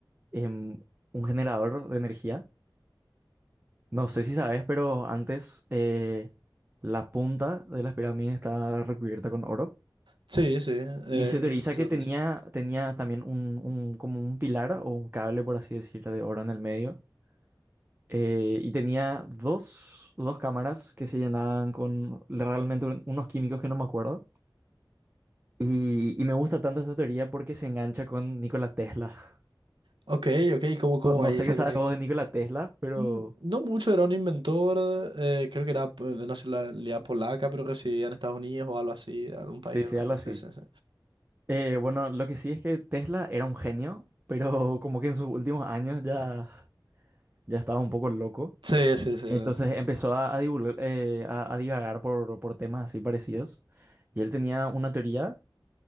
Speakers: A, on the right; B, on the right.
A: em, un generador de energía. No sé si sabes, pero antes eh, la punta de las pirámides estaba recubierta con oro.
B: Sí, sí, eh,
A: Y se teoriza
B: escuché sobre
A: que tenía,
B: eso.
A: tenía también un, un- como un pilar o un cable, por así decirlo, de oro en el medio. Eh, y tenía dos, dos cámaras que se llenaban con realmente un- unos químicos que no me acuerdo. Y, y me gusta tanto esta teoría porque se engancha con Nikola Tesla. <laughs>
B: Ok, ok, ¿y ¿cómo, cómo
A: No, no
B: ahí
A: sé
B: esa
A: qué sabes
B: conexión?
A: vos de Nikola Tesla, pero
B: Mm, No mucho, era un inventor, eh, creo que era pues, de nacionalidad polaca, pero residía en Estados Unidos o algo así, en algún país
A: sí,
B: de
A: sí,
B: Europa.
A: algo así.
B: Sí, sí, sí.
A: Eh, bueno, lo que sí es que Tesla era un genio, pero <laughs> como que en sus últimos años ya, ya estaba un poco loco.
B: Sí, sí, sí,
A: Entonces
B: no sé.
A: empezó a, a, divulgar- eh, a- a divagar por, por temas así parecidos. Y él tenía una teoría